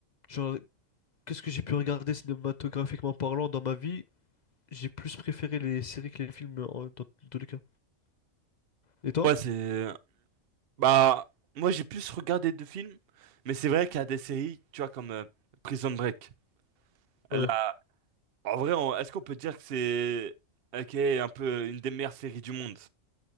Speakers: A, on the left; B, on the right.
A: genre, qu'est-ce que j'ai pu regarder cinématographiquement parlant dans ma vie? J'ai plus préféré les séries que les films, en- dans tous les cas. Et toi?
B: Ouais, c'est... Bah, moi j'ai plus regardé de films, mais c'est vrai qu'il y a des séries, tu vois, comme euh, Prison Break. Elle
A: Ouais.
B: a- En vrai, on- est-ce qu'on peut dire que c'est... Ok, un peu une des meilleures séries du monde?